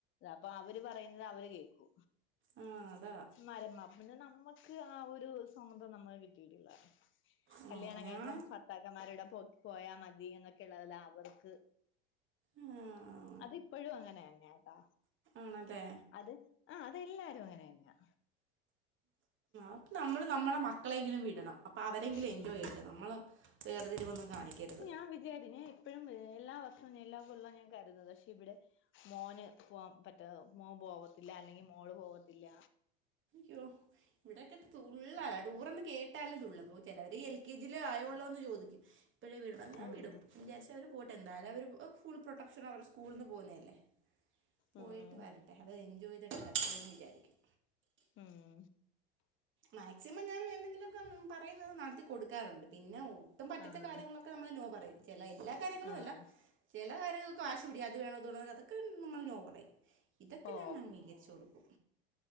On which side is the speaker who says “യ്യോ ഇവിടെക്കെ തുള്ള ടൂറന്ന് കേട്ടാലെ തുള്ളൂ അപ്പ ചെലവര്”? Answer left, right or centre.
Right